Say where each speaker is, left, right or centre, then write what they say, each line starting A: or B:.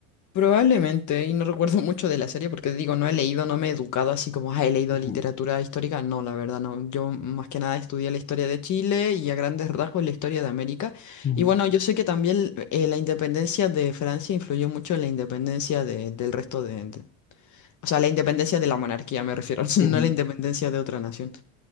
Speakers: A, on the left; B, on the left.
A: Probablemente, y no recuerdo mucho de la serie porque digo, no he leído, no me he educado así como, ah, he leído
B: Ujú,
A: literatura histórica. No, la verdad, no. Yo más que nada estudié la historia de Chile y a grandes rasgos la historia de América.
B: ujú,
A: Y bueno, yo sé que también eh, la independencia de Francia influyó mucho en la independencia de- del resto de, de- O sea, la independencia de la monarquía, me refiero, <laughs>
B: ujú.
A: no la independencia de otra nación.